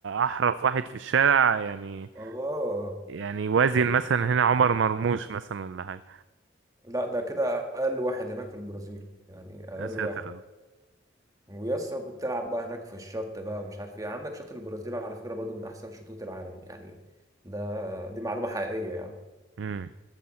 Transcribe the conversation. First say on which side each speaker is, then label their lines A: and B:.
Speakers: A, on the right; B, on the right.
A: احرف واحد في الشارع يعني
B: اه
A: يعني وازن
B: يعني
A: مثلا هنا عمر مرموش مثلا ولا حاجه
B: لا ده كده اقل واحد هناك في البرازيل يعني اقل
A: يا ساتر
B: واحد
A: يا رب.
B: ويسا بتلعب بقى هناك في الشط بقى ومش عارف ايه عندك شط البرازيل على فكره برضو من احسن شطوط العالم يعني ده دي معلومه حقيقيه يعني
A: امم